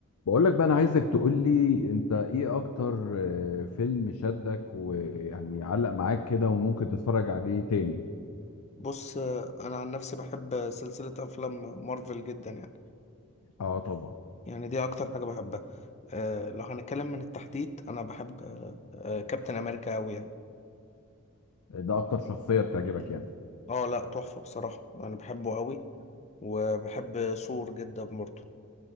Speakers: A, on the left; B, on the left.
A: بقول لك بقى انا عايزك تقول لي انت ايه اكتر آه، فيلم شدك ويعني علق معاك كده وممكن تتفرج عليه تاني
B: بص انا عن نفسي بحب سلسله افلام مارفل جدا يعني
A: اه طبعا
B: يعني دي اكتر حاجه بحبها أه لو هنتكلم من التحديد انا بحب أه آه، كابتن امريكا قوي يعني
A: ده اكتر شخصيه بتعجبك يعني
B: اه لا تحفه بصراحه انا بحبه قوي وبحب ثور جدا برضه